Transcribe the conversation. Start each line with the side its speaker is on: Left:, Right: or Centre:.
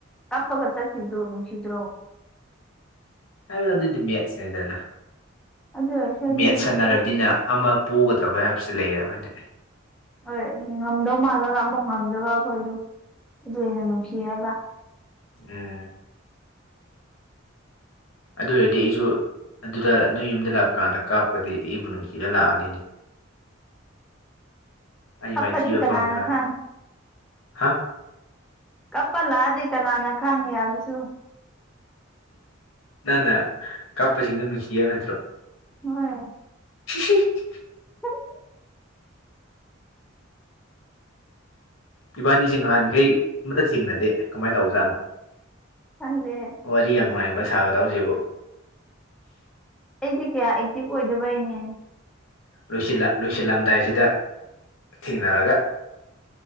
Centre: ꯀꯞꯄꯒ ꯆꯠꯈꯤꯕꯗꯨ ꯅꯨꯡꯁꯤꯗ꯭ꯔꯣ
Left: ꯍꯥꯏꯕꯗꯤ ꯃꯦꯠꯁꯅꯦꯗꯅ
Centre: ꯑꯗꯨ ꯑꯣꯏꯔꯁꯨ ꯑꯩꯗꯤ
Left: ꯃꯦꯠꯁ
Centre: ꯅꯨꯡꯁꯤꯌꯦ
Left: ꯁꯥꯟꯅꯔꯕꯗꯤꯅ ꯑꯃ ꯄꯣꯒꯗꯕ ꯍꯥꯏꯕꯁꯤꯗꯤ ꯂꯩꯔꯕꯅꯦ
Centre: ꯍꯣꯏ ꯉꯝꯗꯧ ꯃꯥꯜꯂꯒ ꯑꯃꯨꯛ ꯉꯝꯗꯕ ꯑꯈꯣꯏꯗꯨ ꯑꯗꯨ ꯍꯦꯟꯅ ꯅꯨꯡꯁꯤ ꯍꯥꯏꯕ
Left: ꯎꯝ ꯑꯗꯨ ꯑꯣꯏꯔꯗꯤ ꯑꯩꯁꯨ ꯑꯗꯨꯗ ꯅꯣꯏ ꯌꯨꯝꯗ ꯂꯥꯛꯄ ꯀꯥꯟꯗ ꯀꯥꯞꯒꯗꯤ ꯑꯩꯕꯨ ꯅꯨꯡꯁꯤꯔꯥ ꯂꯥꯛꯑꯅꯤꯅꯦ ꯑꯩ
Centre: ꯀꯞꯄꯖꯤ
Left: ꯃꯥꯏꯊꯤꯕ
Centre: ꯀꯅꯥꯅ
Left: ꯐꯪꯉꯒ
Centre: ꯈꯪ
Left: ꯍꯥ
Centre: ꯀꯞꯄꯑ ꯂꯥꯛꯑꯗꯤ ꯀꯅꯥꯅ ꯈꯪꯅꯤ ꯍꯥꯏꯕꯁꯨ
Left: ꯅꯪꯅ ꯀꯞꯄꯁꯤꯡꯗꯣ ꯅꯨꯡꯁꯤ ꯍꯥꯏ ꯅꯠꯇ꯭ꯔꯣ
Centre: ꯍꯣꯏ
Left: <unintelligible>
Centre: <unintelligible>
Left: ꯏꯕꯥꯅꯤꯁꯦ ꯅꯍꯥꯟꯈꯩ ꯑꯃꯇ ꯆꯤꯡꯅꯗꯦ ꯀꯃꯥꯏ ꯇꯧꯕ ꯖꯥꯠꯅꯣ
Centre: ꯈꯪꯗꯦ
Left: ꯋꯥꯔꯤ ꯌꯥꯝ ꯅꯨꯡꯉꯥꯏꯕ ꯁꯥꯒꯗꯧꯁꯤꯕꯨ
Centre: ꯑꯩꯗꯤ ꯀꯌꯥ ꯑꯦꯛꯇꯤꯚ ꯑꯣꯏꯗꯕꯩꯅꯦ
Left: ꯂꯣꯏꯁꯤꯜꯂ ꯂꯣꯏꯁꯤꯜꯂꯝꯗꯥꯏꯁꯤꯗ ꯊꯦꯡꯅꯔꯒ